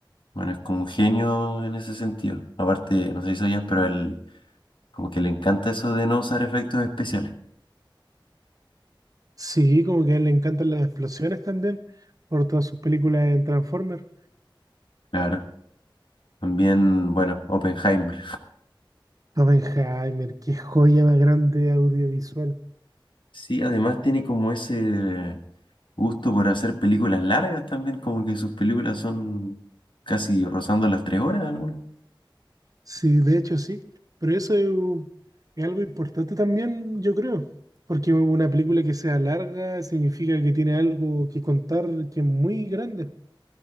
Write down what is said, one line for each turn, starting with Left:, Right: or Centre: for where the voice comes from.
Left: Bueno, es como un genio en ese sentido. Aparte, no sé si sabías, pero a él como que le encanta eso de no usar efectos especiales.
Right: Sí, como que a él le encantan las explosiones también, por todas sus películas en Transformers.
Left: Claro. También, bueno, Oppenheimer.
Right: Oppenheimer, qué joya más grande audiovisual.
Left: Sí, además tiene como ese gusto por hacer películas largas también, como que sus películas son casi rozando las tres horas algunas.
Right: Sí, de hecho sí, pero eso es, es algo importante también, yo creo, porque una película que sea larga significa que tiene algo que contar que es muy grande.